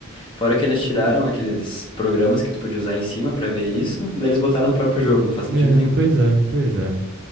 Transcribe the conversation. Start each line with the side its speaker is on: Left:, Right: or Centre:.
Left: Fora que eles tiraram aqueles programas que tu podia usar em cima pra ver isso, daí eles botaram no próprio jogo, não faz sentido
Right: É,
Left: nenhum.
Right: pois é, pois é.